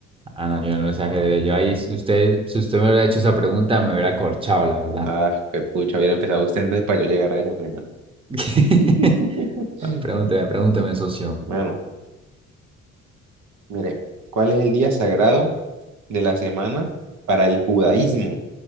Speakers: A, on the right; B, on the right.
A: Ah, no, yo no sé ajedrez. Yo ahí, si usted, si usted me hubiera hecho esa pregunta, me hubiera corchado, la verdad.
B: Ah, qué pucha, hubiera empezado usted entonces para yo llegar a esa primera. <laughs>
A: <laughs> Ah, Pregúnteme, pregúnteme, socio.
B: Bueno, mire, ¿cuál es el día sagrado? de la semana para el judaísmo?